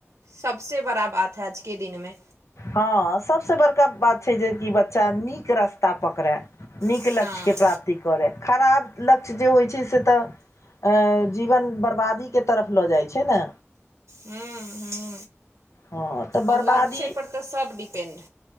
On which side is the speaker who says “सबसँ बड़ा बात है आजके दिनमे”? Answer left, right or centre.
Right